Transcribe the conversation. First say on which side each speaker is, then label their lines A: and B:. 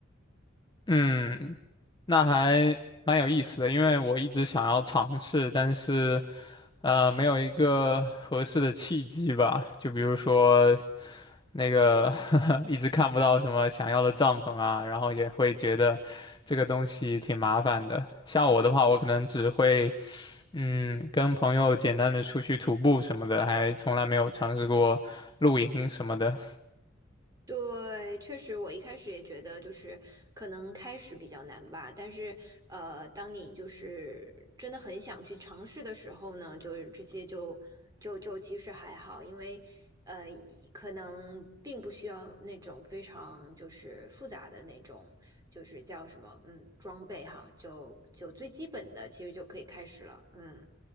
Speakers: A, on the left; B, on the right.
A: 嗯，那还蛮有意思的，因为我一直想要尝试，但是呃，没有一个合适的契机吧。就比如说那个 <laughs> 一直看不到什么想要的帐篷啊，然后也会觉得这个东西挺麻烦的。像我的话，我可能只会。嗯，跟朋友简单的出去徒步什么的，还从来没有尝试过露营什么的。
B: 对，确实我一开始也觉得就是可能开始比较难吧，但是呃，当你就是真的很想去尝试的时候呢，就是这些就就就其实还好，因为呃可能并不需要那种非常就是复杂的那种就是叫什么嗯装备哈，就就最基本的其实就可以开始了，嗯。